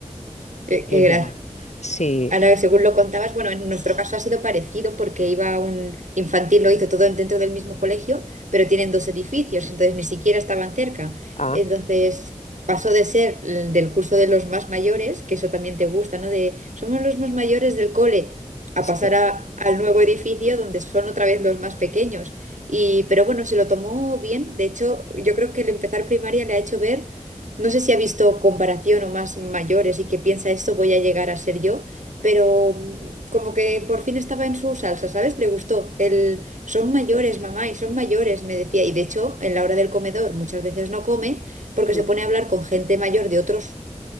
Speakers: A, on the right; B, on the left.
A: eh,
B: Ella,
A: qué gracias.
B: sí,
A: Ahora, según lo contabas, bueno, en nuestro caso ha sido parecido porque iba a un infantil, lo hizo todo dentro del mismo colegio, pero tienen dos edificios, entonces ni siquiera estaban cerca.
B: ah,
A: Entonces pasó de ser el del curso de los más mayores, que eso también te gusta, ¿no? De somos los más mayores del cole, a
B: sí,
A: pasar a- al nuevo edificio donde son otra vez los más pequeños. Y, pero bueno, se lo tomó bien. De hecho, yo creo que el empezar primaria le ha hecho ver, no sé si ha visto comparación o más mayores y que piensa esto voy a llegar a ser yo pero mm, como que por fin estaba en su salsa, ¿sabes? Le gustó. El, son mayores, mamá, y son mayores, me decía. Y de hecho, en la hora del comedor muchas veces no come porque
B: mm,
A: se pone a hablar con gente mayor de otros